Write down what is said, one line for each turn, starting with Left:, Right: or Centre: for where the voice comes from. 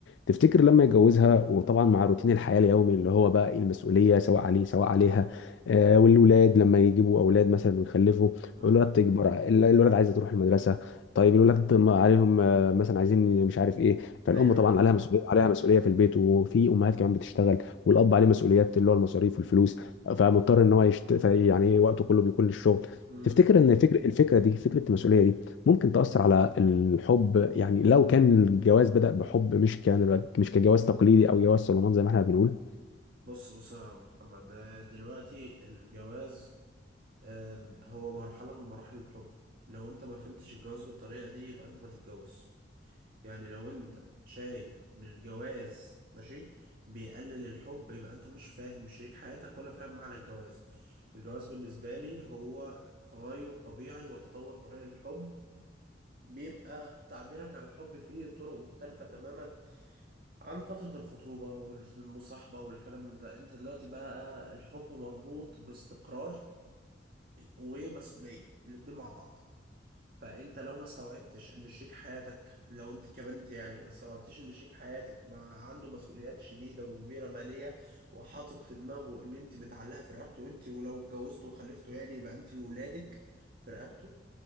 Left: تفتكر لما يتجوزها وطبعا مع روتين الحياة اليومي اللي هو بقى إيه المسؤولية سواء عليه سواء عليها آه والولاد لما يجيبوا اولاد مثلا ويخلفوا
Right: اه
Left: الولاد تكبر ال- الولاد عايزة تروح المدرسة طيب الولاد ما عليهم مثلا عايزين مش عارف ايه فالام
Right: ايوه
Left: طبعا عليها مسؤوليه عليها مسؤوليه في البيت وفي امهات كمان بتشتغل والاب عليه مسؤوليات اللي هو المصاريف والفلوس فمضطر ان هو يشت... في- يعني وقته كله بيكون للشغل
Right: ايوه
Left: تفتكر ان فكر الفكره دي فكره المسؤوليه دي ممكن تاثر على الحب يعني لو كان الجواز بدا بحب مش كان مش كجواز تقليدي او جواز صالونات زي ما احنا بنقول
Right: بص بص يا محمد ده دلوقتي الجواز آم، هو مرحلة من مراحل الحب لو انت ما فهمتش الجواز بالطريقة دي يبقى انت ما تتجوز يعني لو انت شايف ان الجواز ماشي بيقلل الحب يبقى انت مش فاهم شريك حياتك ولا فاهم معنى الجواز الجواز بالنسبة لي هو تغير طبيعي وتطور طبيعي للحب بيبقى تعبيرك عن الحب فيه طرق مختلفة تماما عن فترة الخطوبة والمصاحبة والكلام من ده انت دلوقتي بقى الحب مربوط باستقرار ومسؤولية الاتنين مع بعض فانت لو ما استوعبتش ان شريك حياتك لو انت كبنت يعني ما استوعبتش ان شريك حياتك مع عنده مسؤوليات شديدة وكبيرة مالية وحاطط في دماغه ان انت متعلقة في رقبته انت ولو اتجوزته وخلفته يعني يبقى انت وولادك في رقبته